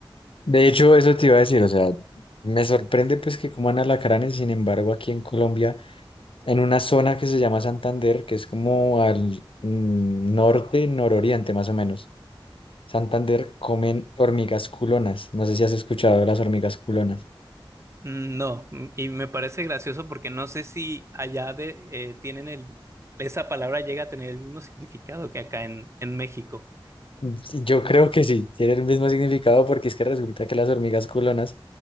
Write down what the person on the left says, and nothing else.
De hecho, eso te iba a decir, o sea, me sorprende pues que coman alacranes, sin embargo, aquí en Colombia, en una zona que se llama Santander, que es como al mm, norte, nororiente más o menos, Santander comen hormigas culonas. No sé si has escuchado de las hormigas culonas.
Y Yo creo que sí, tiene el mismo significado porque es que resulta que las hormigas culonas